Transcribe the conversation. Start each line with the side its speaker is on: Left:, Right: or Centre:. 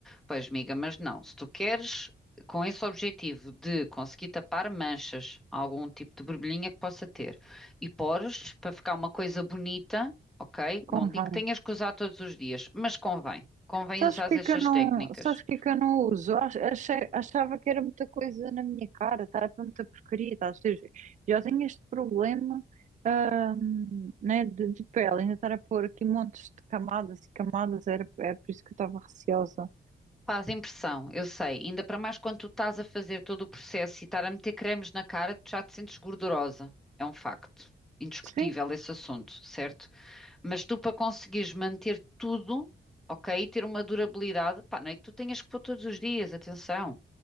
Centre: Pois, amiga, mas não. Se tu queres, com esse objetivo de conseguir tapar manchas, algum tipo de borbulhinha que possa ter, e pores para ficar uma coisa bonita, ok?
Right: convém.
Centre: Não digo que tenhas que usar todos os dias, mas convém. Convém
Right: Sabes
Centre: usar
Right: porque é
Centre: estas
Right: que eu não,
Centre: técnicas.
Right: sabes porque é que eu não uso? Ach- Achei, achava que era muita coisa na minha cara, estava muita porcaria, tá? Ou seja, já tenho este problema, hum, né, de, de pele, ainda estar a pôr aqui montes de camadas e camadas, era, é por isso que eu estava receosa.
Centre: Faz impressão, eu sei. Ainda para mais quando tu estás a fazer todo o processo e estar a meter cremes na cara, tu já te sentes gordurosa. É um facto. Indiscutível
Right: Sim.
Centre: esse assunto, certo? Mas tu, para conseguires manter tudo, ok, e ter uma durabilidade, pá, não é que tu tenhas que pôr todos os dias, atenção.